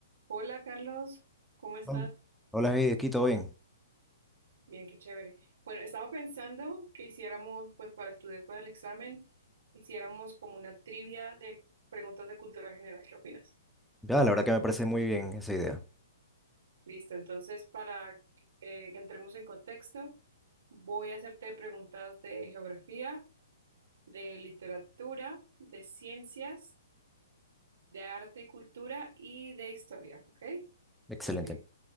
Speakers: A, on the right; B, in the centre.
A: Hola Carlos, ¿cómo estás?
B: Hol- Hola, hey, aquí todo bien.
A: Bien, qué chévere. Bueno, estaba pensando que hiciéramos, pues para estudiar para el examen, hiciéramos como una trivia de preguntas de cultura general. ¿Qué opinas?
B: Ya, la verdad que me parece muy bien esa idea.
A: Listo, entonces para eh, que entremos en contexto, voy a hacerte preguntas de geografía, de literatura, de ciencias, de arte y cultura y de historia, ¿ok?
B: Excelente.
A: Para que